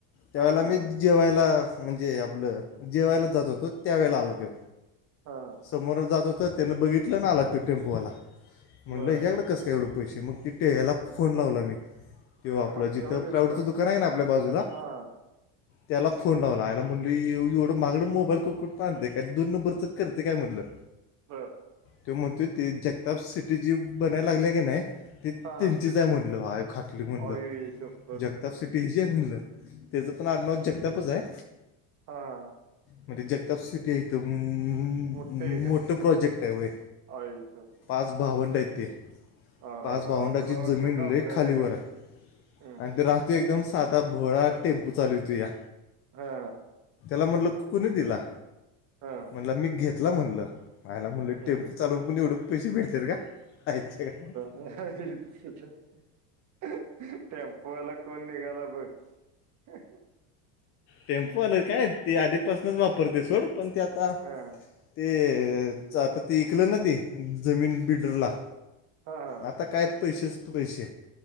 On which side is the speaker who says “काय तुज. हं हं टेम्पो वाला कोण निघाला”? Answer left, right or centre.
Right